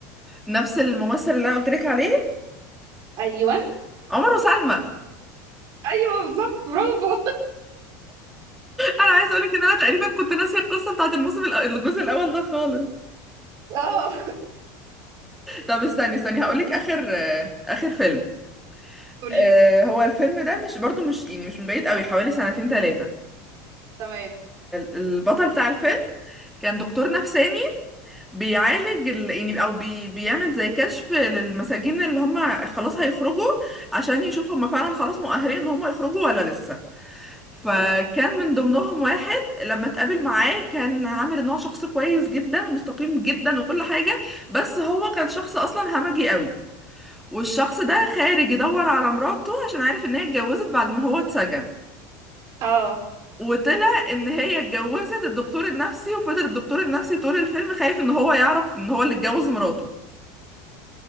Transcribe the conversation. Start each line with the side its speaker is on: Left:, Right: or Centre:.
Centre: نفس الممثل اللي انا قلت لك عليه
Right: أيوة
Centre: عمر وسلمى <laughs>
Right: أيوة بالظبط برافو
Centre: انا عايزه اقول لك ان انا تقريبا كنت ناسيه القصه بتاعت الموسم الأ- الجزء الاول ده خالص
Right: <laughs> اه
Centre: طب استني استني هقول لك اخر آه، اخر فيلم
Right: قوليلي
Centre: آه، هو الفيلم ده مش برضو مش يعني مش من بعيد قوي حوالي سنتين ثلاثه
Right: تمام
Centre: البطل بتاع الفيلم كان دكتور نفساني بيعالج ال... يعني او بي... بيعمل زي كشف للمساجين اللي هم خلاص هيخرجوا عشان يشوف هم فعلا خلاص مؤهلين ان هم يخرجوا ولا لسه فكان
Right: تمام
Centre: من ضمنهم واحد لما اتقابل معاه كان عامل ان هو شخص كويس جدا ومستقيم جدا وكل حاجة بس هو كان شخص اصلا همجي قوي والشخص ده خارج يدور على مراته عشان عارف ان هي اتجوزت بعد ما هو اتسجن
Right: اه
Centre: وطلع ان هي اتجوزت الدكتور النفسي وفضل الدكتور النفسي طول الفيلم خايف ان هو يعرف ان هو اللي اتجوز مراته